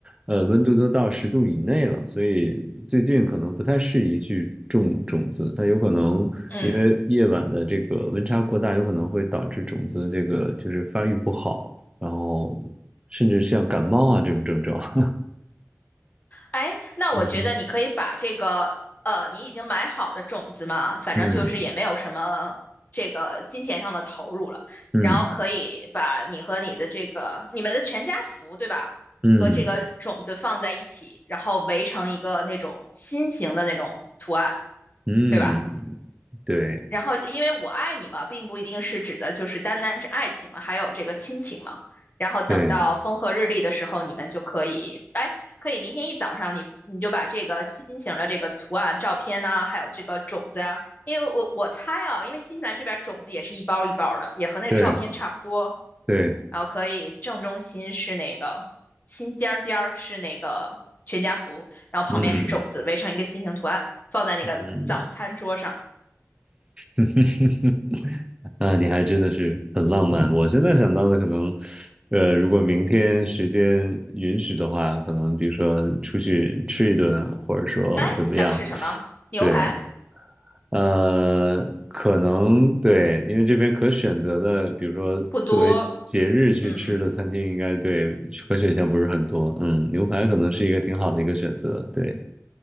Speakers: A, on the right; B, on the left.
A: 呃，温度都到十度以内了，所以最近可能不太适宜去种种子，它有可能因为夜晚的这个温差过大，
B: 嗯，
A: 有可能会导致种子这个就是发育不好，然后甚至像感冒啊这种症状。<laughs>
B: 哎，那我觉得你可以把这个呃，
A: 嗯哼，
B: 你已经买好的种子嘛，反正就是也没有什么这个金钱上的投入了，
A: 嗯嗯
B: 然后可以把你和你的这个你们的全家福，对吧？
A: 嗯
B: 和这个种子放在一起，然后围成一个那种心形的那种图案，
A: 嗯嗯，
B: 对吧？
A: 对
B: 然后，因为我爱你嘛，并不一定是指的就是单单是爱情嘛，还有这个亲情嘛。然后等到风和日丽的时候，
A: 对。
B: 你们就可以，哎，可以明天一早上你，你就把这个心形的这个图案、照片呐、还有这个种子啊，因为我我猜啊，因为新西兰这边种子也是一包一包的，也和那个照片差不多。
A: 对对，
B: 然后可以正中心是那个心尖儿尖儿是那个全家福，然后旁边是种子，
A: 嗯
B: 围成一个心形图案，放在那个早餐桌上。
A: 嗯，<laughs> 那你还真的是很浪漫。我现在想到的可能，呃，如果明天时间允许的话，可能比如说出去吃一顿，或者说怎么样，
B: 哎，想吃什么？牛排
A: 对，呃，可能对，因为这边可选择的，比如说作为节日去吃的餐厅，
B: 不多，嗯，
A: 应该对可选项不是很多。嗯，牛排可能是一个挺好的一个选择。对，